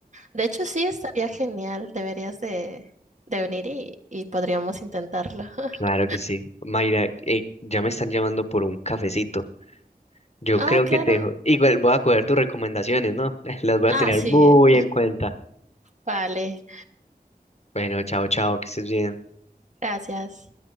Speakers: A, on the right (about 50°); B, on the left (about 45°).
A: De hecho, sí, estaría genial. Deberías de, de venir y, y podríamos intentarlo. <laughs>
B: claro que sí. Mayra, eh, ya me están llamando por un cafecito. Yo
A: Ah,
B: creo
A: claro.
B: que te dejo. Igual voy a coger tus recomendaciones, ¿no? <laughs> Las voy
A: Ah,
B: a tener
A: sí.
B: muy en cuenta.
A: Vale.
B: Bueno, chao, chao, que estés bien.
A: Gracias.